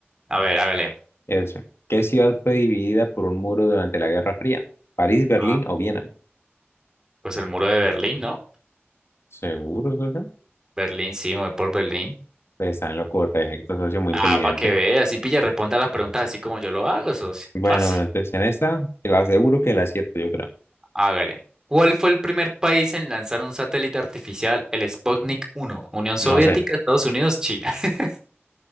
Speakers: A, on the right (about 15°); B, on the left (about 70°).
A: A ver, hágale.
B: Eso. ¿Qué ciudad fue dividida por un muro durante la Guerra Fría? ¿París, Berlín
A: Ah,
B: o Viena?
A: pues el muro de Berlín, ¿no?
B: ¿Seguro, socio?
A: Berlín, sí, me voy por Berlín.
B: Pues está en lo correcto, socio, muy
A: Ah,
B: inteligente.
A: para que veas, así pilla, responda las preguntas así como yo lo hago, socio.
B: Bueno,
A: Fácil.
B: bueno, entonces en esta, te la aseguro que la acierto, yo creo.
A: Hágale. ¿Cuál fue el primer país en lanzar un satélite artificial, el Sputnik uno, Unión Soviética,
B: No sé.
A: Estados Unidos, China. <laughs>